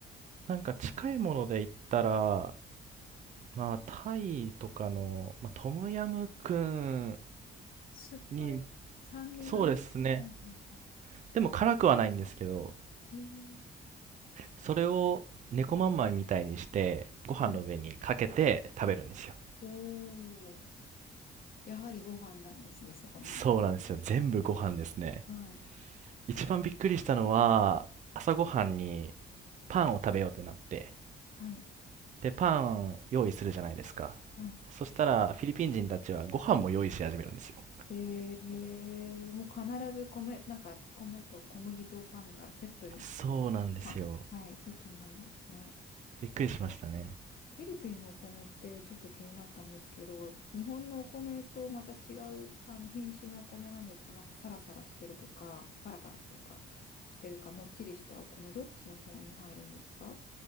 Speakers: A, on the right; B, on the left.
A: なんか近いもので言ったら、まあ、タイとかの、まあ、トムヤムクン
B: 酸っぱい、
A: に、
B: 酸味が。
A: そうですね。
B: はいはいは
A: でも辛くはないんですけど、
B: い。ええ
A: それを猫まんまみたいにして、ご飯の上にかけて食べるんですよ。
B: はい。おお。やはりご飯なんですね、そこに。
A: そうなんですよ。全部ご飯ですね。
B: はい。
A: 一番びっくりしたのは、朝ごはんにパンを食べようってなって、
B: はい。
A: で、パン用意するじゃないですか。
B: はい。
A: そしたら、フィリピン人たちはご飯も用意し始めるんですよ。
B: えー、もう必ず米、なんか米と小麦とパンがセットに、
A: そうなんですよ。
B: ご飯が。はい、セットになるんですね。
A: びっくりしましたね。
B: フィリピンのお米ってちょっと気になったんですけど、日本のお米とまた違うあの品種のお米なんですかなんかサラサラしてるとか、パラパラっていうか、してるか、もっちりしたお米、どっちの方に入るんですか